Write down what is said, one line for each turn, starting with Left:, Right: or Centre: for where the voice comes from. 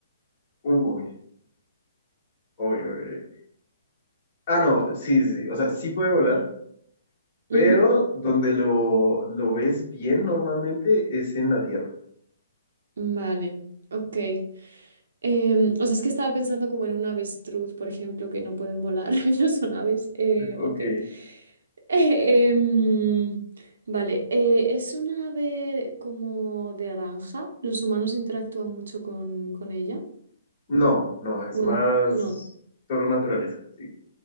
Left: Uy, uy, uy. uy. Ah, no, sí, sí. sí. O sea, sí puede volar, pero
Right: Ujú.
Left: donde lo, lo ves bien normalmente es en la tierra.
Right: Vale, ok. Em, o sea, es que estaba pensando como en un avestruz, por ejemplo, que no pueden volar, <laughs> no son aves. Eh,
Left: <laughs> Ok.
Right: ok. Eh, em, vale, eh, ¿es un ave como de granja? ¿Los humanos interactúan mucho con, con ella?
Left: No, no, es
Right: Bueno,
Left: más
Right: no.
Left: solo naturaleza. Sí,